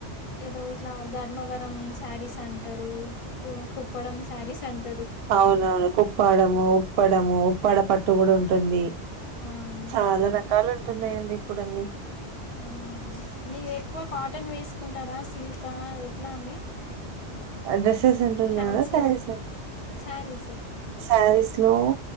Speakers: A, on the left; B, on the right.
A: ఏదో ఇట్లా ధర్మవరం శారీస్ అంటారు పుప్పడంం శారీస్ అంట
B: అవునవును కుప్పాడము ఉప్పడము ఉప్పాడ పట్టు కూడా ఉంటుంది
A: ఆమ్,
B: చాలా రకాలు ఉంటున్నాయంండి ఇప్పుడున్నీ
A: అవునా మీరు ఎక్కువ కాటన్ వేసుకుంటారా సిల్కా ఎట్లా అండి
B: డ్రెస్సెస్ ఉంటున్నాదా
A: ఫ్యాన్సీయా
B: శారీస్
A: శారీస్
B: శారీస్ లో